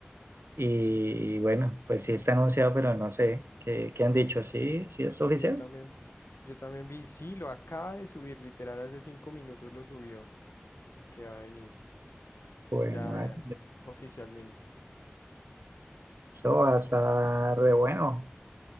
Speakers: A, on the right; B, on the left.
A: y bueno, pues sí está anunciado, pero no sé, ¿qué, qué han dicho? ¿Sí, sí es oficial?
B: Y Yo también, yo también vi, sí, lo acaba de subir, literal, hace cinco minutos lo subió, que va a venir,
A: Pues
B: ya
A: madre,
B: eh, oficialmente.
A: eso va a estar re bueno.